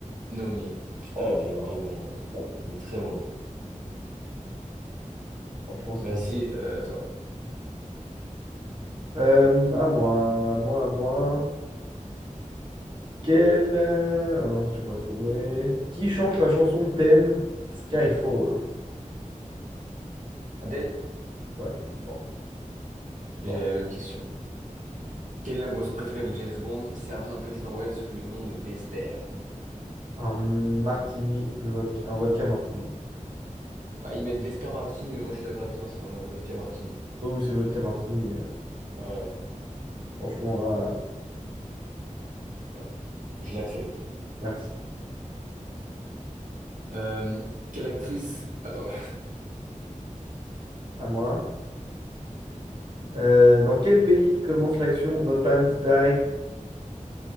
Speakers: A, on the right; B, on the right.
A: Nomi. Putain,
B: Oh
A: il est, il est bon, là.
B: là.
A: Il est très bon.
B: Franchement, c'est
A: Vas-y,
B: fou.
A: euh, toi.
B: Euh, à moi, à moi, à moi. Quel... euh, Ah non, ça, tu peux pas trouver. Qui chante la chanson thème Skyfall?
A: Adèle,
B: Ouais, c'est fort, c'est
A: j'ai
B: fort.
A: la même question. Quelle est la boisson préférée de James Bond servie dans le Casino Royal sous le nom de Vesper?
B: Un martini, vodka, un vodka martini.
A: Bah, ils mettent Vesper Martini, mais moi je suis d'accord avec toi, c'est un mo- vodka Martini.
B: Oh, oui, c'est vodka martini. euh,
A: Ouais,
B: Franchement, là, euh,
A: ouais, je l'accepte.
B: merci.
A: Euh, quelle actrice... Attends,
B: À moi. Euh, dans quel pays commence l'action No Time to Die?